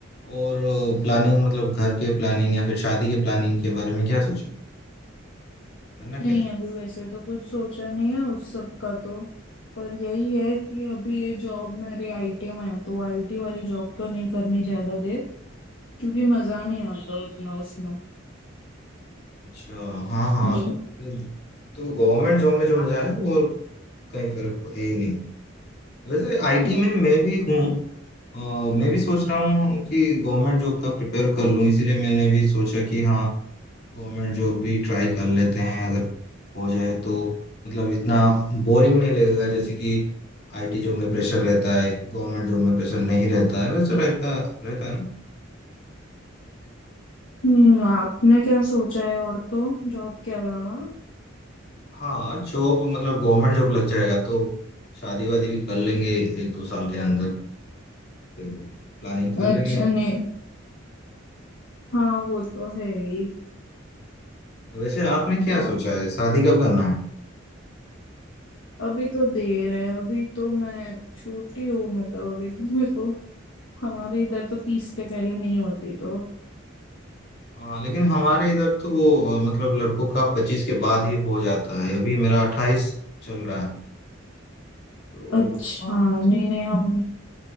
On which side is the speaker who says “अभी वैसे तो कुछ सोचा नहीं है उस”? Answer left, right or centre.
Left